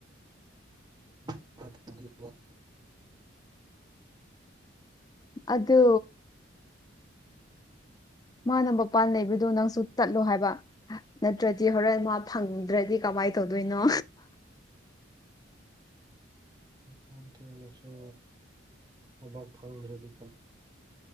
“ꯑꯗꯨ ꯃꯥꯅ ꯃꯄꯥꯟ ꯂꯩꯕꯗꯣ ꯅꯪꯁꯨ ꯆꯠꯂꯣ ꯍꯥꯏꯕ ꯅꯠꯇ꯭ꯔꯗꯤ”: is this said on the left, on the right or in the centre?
Left